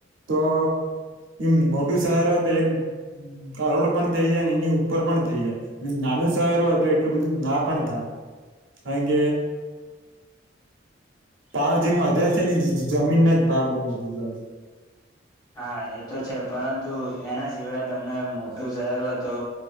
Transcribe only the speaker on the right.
તો એમ મોટું શહેર તો એક કરોડ પણ થઈ જાય એની ઉપર પણ થઇ જાય નાનું શહેર હોય તો એટલું બધું ના પણ થાય. હે હ. ભાવ જે વધે છે ને જમીનના જ ભાવ બઉ વધી જાય છે.